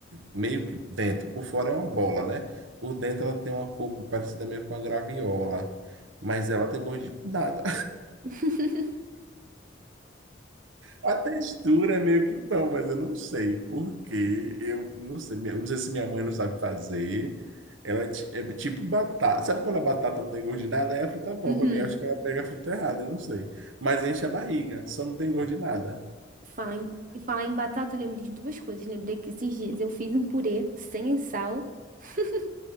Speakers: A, on the right; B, on the right.
A: meio que dentro, por fora é uma bola, né? Por dentro ela tem uma cor parecida meio com uma graviola, mas ela tem gosto de nada.
B: <laughs>
A: A textura é meio que pão, mas eu não sei por quê. Eu não sei, minha- eu não sei se minha mãe não sabe fazer. Ela é ti- é tipo batata. Sabe quando a batata não tem gosto de nada? Aí a fruta é bom
B: Uhum.
A: pra mim. Eu acho que ela pega a fruta errada, eu não sei. Mas enche a barriga, só não tem gosto de nada.
B: Falar em, e falar em batata, eu lembrei de duas coisas. Lembrei que esses dias eu fiz um purê sem sal. <laughs>